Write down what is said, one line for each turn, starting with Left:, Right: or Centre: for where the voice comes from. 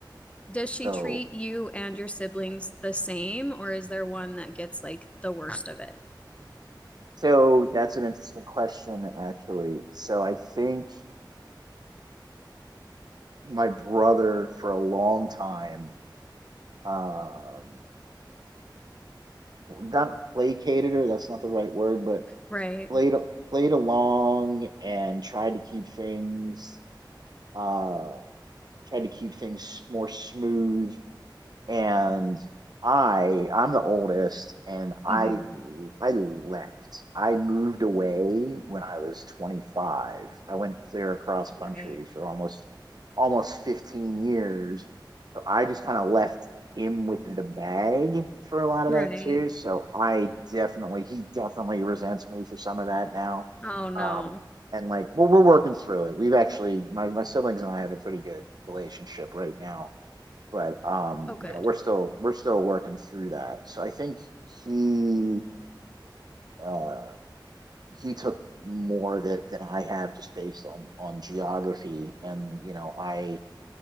Left: Does she
Right: so
Left: treat you and your siblings the same, or is there one that gets like the worst of it?
Right: so that's an interesting question actually. So I think my brother for a long time. Um, not placated her, that's not the right word, but
Left: Right.
Right: played played along and tried to keep things uh tried to keep things more smooth and I I'm the oldest and I
Left: hmm
Right: I left. I moved away when I was 25. I went clear across country
Left: Right.
Right: for almost almost 15 years. So I just kind of left him with the bag for a lot
Left: Right.
Right: of that too. So I definitely he definitely resents me for some of that now.
Left: Oh no.
Right: Um and like well we're working through it. We've actually my, my siblings and I have a pretty good relationship right now but um,
Left: Oh, good.
Right: you know, we're still we're still working through that. So I think he uh, he took more that than I have just based on on geography, and you know, I